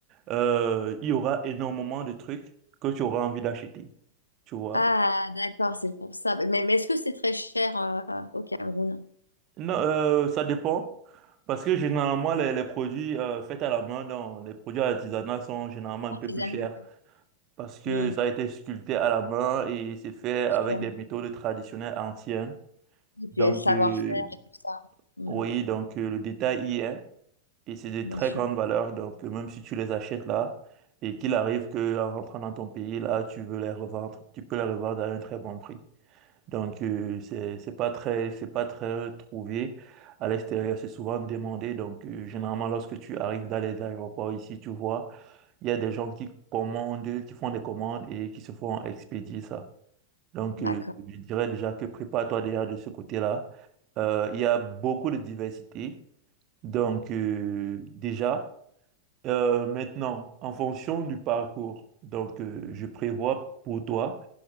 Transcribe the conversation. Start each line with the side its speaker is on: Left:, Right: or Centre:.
Right: euh, il y aura énormément de trucs que tu auras envie d'acheter. Tu vois?
Left: Ah, d'accord, c'est pour ça. Mais, mais est-ce que c'est très cher euh, au Cameroun?
Right: Non, euh, ça dépend. Parce que généralement, les, les produits euh, faits à la main, dans les produits artisanaux sont généralement un
Left: Artisanat,
Right: peu plus chers.
Left: ouais.
Right: Parce que
Left: Mm,
Right: ça a été sculpté à la main et c'est fait avec
Left: sûr.
Right: des méthodes traditionnelles anciennes.
Left: Et puis
Right: Donc,
Left: il y a le savoir-faire
Right: euh,
Left: et tout ça. Mm,
Right: oui, donc euh, le détail y est. Et c'est de très
Left: bien sûr.
Right: grande valeur. Donc, euh, même si tu les achètes là, et qu'il arrive que en rentrant dans ton pays, là, tu veux les revendre, tu peux les revendre à un très bon prix. Donc, euh, c'est, c'est pas très, c'est pas très trouvé. À l'extérieur, c'est souvent demandé. Donc, euh, généralement, lorsque tu arrives dans les aéroports ici, tu vois, il y a des gens qui commandent, qui font des commandes et qui se font expédier ça. Donc,
Left: D'accord,
Right: euh, je dirais déjà que prépare-toi déjà de ce côté-là. Euh, il y a beaucoup de diversité. Donc, euh, déjà, euh, maintenant, en fonction du parcours, donc, euh, je prévois pour toi